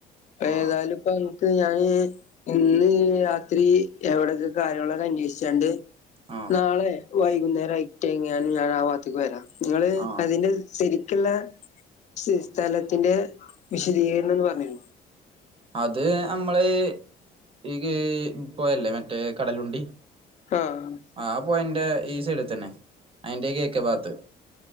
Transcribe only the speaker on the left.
അപ്പ
ഏതായാലും ഇപ്പക്ക് ഞാൻ ഇന്ന് രാ ത്രി എവിടക്കെ കാര്യങ്ങളൊക്കെ അന്വേഷിച്ചണ്ട്
നാളെ വൈകുന്നേരം ആയിട്ട് എങ്ങനും ഞാൻ ആ ഭാത്തക്ക് വരാം. നിങ്ങള്
അതിന്റെ സരിക്കുള്ള. സ്ഥലത്തിന്റെ വിശദീകരണംന്ന് പറഞ്ഞുതരെ
ആഹ്